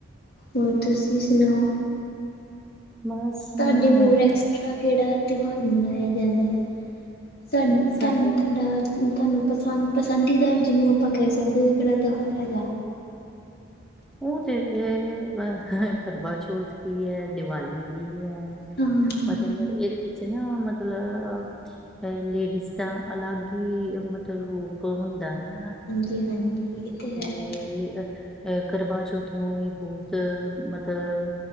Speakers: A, on the left; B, in the centre.
A: ਹੋਰ ਤੁਸੀਂ ਸੁਣਾਓ?
B: ਬਸ ਹੁਣ
A: ਤੁਹਾਡੇ ਹੋਰ ਐਕਸਟਰਾ ਕਿਹੜਾ ਤਿਉਹਾਰ ਮਨਾਇਆ ਜਾਂਦਾ ਹੈ। ਸਾ
B: ਸਾਡਾ
A: ਤੁਹਾਨੂੰ ਤੁਹਾਡਾ ਤੁਹਾਨੂੰ ਪਸੰਦ ਪਸੰਦੀਦਾਰ ਜਿਹਨੂੰ ਆਪਾਂ ਕਹਿ ਸਕਦੇ ਹਾਂ, ਉਹ ਕਿਹੜਾ ਤਿਉਹਾਰ ਹੈਗਾ।
B: ਉਹ ਤੇ ਇਹ ਕਰਵਾਚੌਥ ਵੀ ਹੈ, ਦੀਵਾਲੀ ਵੀ ਹੈ।
A: ਹਾਂ
B: ਮਤਲਬ ਇਹਦੇ ਵਿੱਚ ਤੇ ਨਾ ਮਤਲਬ ਅ ਲੇਡੀਜ਼ ਦਾ ਅਲੱਗ ਈ ਮਤ ਤੇ ਰੁਕ ਹੁੰਦਾ ਨਾ।
A: ਜੀ ਹਾਂਜੀ, ਤੇ
B: ਨਵੀਂ
A: ਹੈ
B: ਵਿਅੋਹਲੀ ਤੇ ਕਰਵਾ ਚੌਥ ਨੂੰ ਵੀ ਬੋਤ ਮਤਲ